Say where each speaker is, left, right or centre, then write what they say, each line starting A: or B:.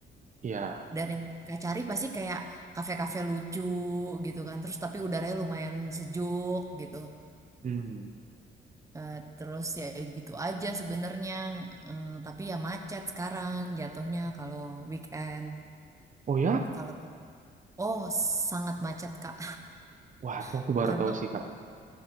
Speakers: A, on the right; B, on the right.
A: Iya.
B: Dan yang mereka cari pasti kayak kafe-kafe lucu gitu kan. Terus tapi udaranya lumayan sejuk gitu.
A: Hmm.
B: Eh, terus ya gitu aja sebenarnya Eh, tapi ya macet sekarang jatuhnya kalau weekend
A: Oh ya?
B: kalau oh sangat macet Kak
A: Wah, tuh aku
B: <laughs>
A: baru
B: karena
A: tahu sih, Kak.